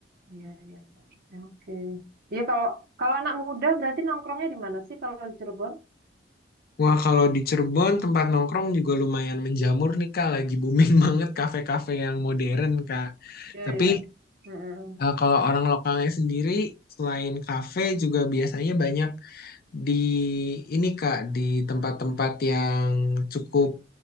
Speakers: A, on the right; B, on the left.
A: iya iya iya. iya. Oke. Iya kalau kalau anak muda berarti nongkrongnya di mana sih kalau di Cirebon?
B: Wah, kalau di Cirebon tempat nongkrong juga lumayan menjamur nih, Kak. Lagi booming <laughs> banget kafe-kafe yang modern, Kak.
A: Iya
B: Tapi
A: iya. Heeh.
B: eh, kalau orang lokalnya sendiri, selain kafe juga biasanya banyak di ini, Kak, di tempat-tempat yang cukup